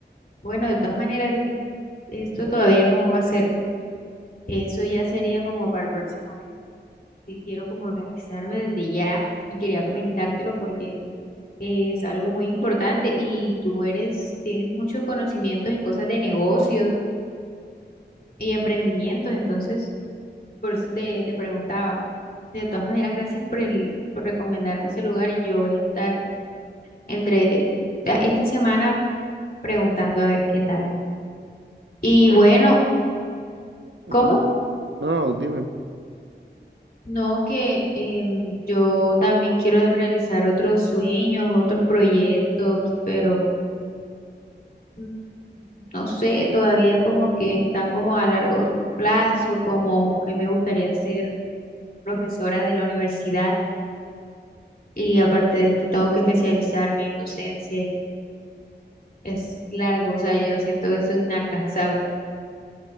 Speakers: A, on the left; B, on the right.
A: bueno, de todas maneras, e- esto todavía no va a ser, eso ya sería como para el próximo sí quiero como organizarme desde ya y quería comentártelo porque es algo muy importante y tú eres, tienes muchos conocimientos en cosas de negocios y emprendimientos, entonces por eso te, te preguntaba. De todas maneras, gracias por el, por recomendarme ese lugar. Yo voy a estar entre esta esta semana preguntando a ver qué tal. Y
B: no,
A: bueno,
B: ujú.
A: ¿cómo?
B: No, no, dime,
A: No, que em, yo también quiero realizar otros sueños, otros proyectos, pero mm, no sé, todavía como que están como a largo plazo, como a mí me gustaría ser profesora de la universidad y aparte de eso tengo que especializarme en docencia y es largo, o sea, yo siento eso inalcanzable.